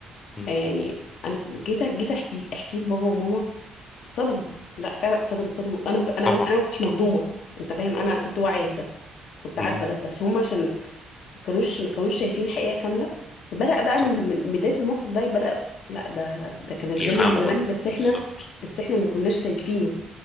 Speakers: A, on the left (about 35°); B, on the left (about 70°).
A: مم.
B: آه، يعني انا جيت جيت احكي احكي لبابا وماما اتصدموا لا فعلا اتصدموا اتصدموا انا مك... انا
A: طبعا
B: انا ما كنتش مصدومه
A: طب
B: انت فاهم انا كنت واعيه لده كنت عارفه
A: مم.
B: ده بس هم عشان كانوش ما كانوش شايفين الحقيقه كامله فبدأ بقى
A: طبعا
B: من من بدايه الموقف ده بدأ لا ده ده كان الغل
A: يفهموا
B: من زمان
A: بقى
B: بس
A: بالظبط
B: احنا بس احنا ما كناش شايفينه